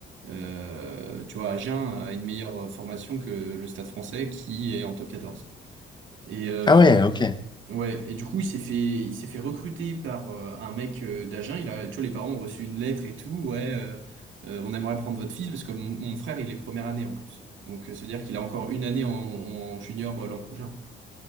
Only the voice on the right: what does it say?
Euh, tu vois, Agen a une meilleure euh, formation que le Stade français qui est en top quatorze Et, euh,
Ouais, et du coup, il s'est fait, il s'est fait recruter par euh, un mec euh, d'Agen. Il a, tu vois, les parents ont reçu une lettre et tout. Ouais, euh, euh, on aimerait prendre votre fils parce que mon, mon frère, il est première année en plus. Donc, euh, se dire qu'il a encore une année en, en junior euh, l'an prochain.